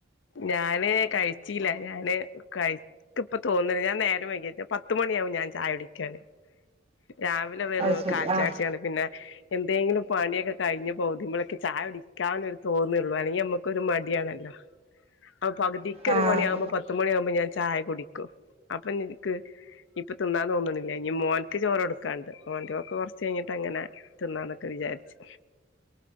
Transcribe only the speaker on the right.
അത് ശരി
ആഹ്
ആഹ്